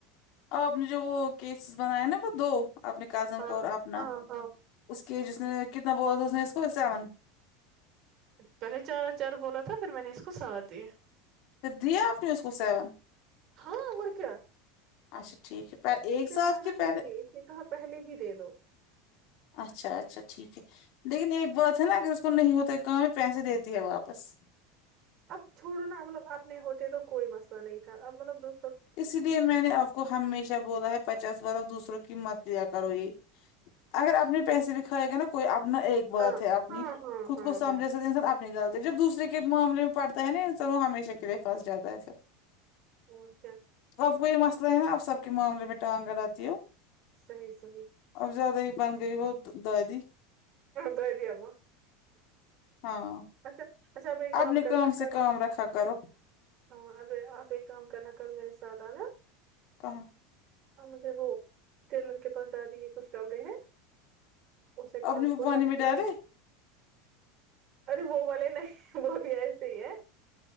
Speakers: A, on the left (about 60°); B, on the right (about 45°).
A: آپ نے جو وہ کیسز بنایا نا وہ دو اپنے کزن
B: ہاں
A: کا اور اپنا
B: ہاں ہاں
A: اس کی ایج اس نے کتنا بول تھا اس نے اس کو سیون
B: پہلے چار چار بولا تھا پھر میں نے اس کو ساتھ دیا
A: پھر دیا آپ نے اس کو سیون
B: ہاں اور کیا
A: اچھا ٹھیک ہے ایک
B: اس نے
A: ساتھ
B: مانا
A: کے پہلے
B: ہی نہیں اس نے کہا پہلے ہی دے دو
A: اچھا اچھا ٹھیک ہے لیکن ایک بات ہے نا اگر اس کو نہیں ہوتا ہے کام پیسے دیتی ہے واپس
B: اب چھوڑو نا مطلب اپنے ہوتے تو کوئی مسئلہ نہیں تھا اب مطلب دو
A: اس لیے میں نے آپ کو ہمیشہ بولا ہے پچاس بر دوسروں کی مت لیا کرو یہ اگر اپنے پیسے بھیکھھائے گا نا کوئی اپنا ایک بات
B: ہاں
A: ہے اپنی
B: ہاں ہاں
A: خود
B: ہاں
A: کو سمجھ
B: ہاں
A: سک انسان نی لط ہے جب دوسرے کے معامل میں پڑتا ہے نا ان س ہمیشہ کے لیے پھنس جات ہے پھر
B: <unintelligible>
A: آپ کو یہ مسئلہ ہے نا آپ سب کے معاملے میں ٹانگگر آتی ہو
B: صحیح صحیح
A: اب زیادہ ہی بن گئی ہو دادی
B: دادی اماں
A: ہاں
B: اچھااچھا اب ایک
A: اپنے
B: کرنا
A: کام سے
B: کل
A: کام رکھا کرو
B: ہاں اب آپ ایک کام کرنا کل میرے ساتھ آنا
A: کہاں
B: اور مجھے وہ ٹیلر کے پاس دادی کے کچھ کپڑے ہیں اسے
A: آپ
B: کہا
A: نے وہ
B: کو
A: پانی
B: <unintelligible>
A: میں ڈالے
B: ارے وہ والے نہیں وہ بھی ایسے ہی ہے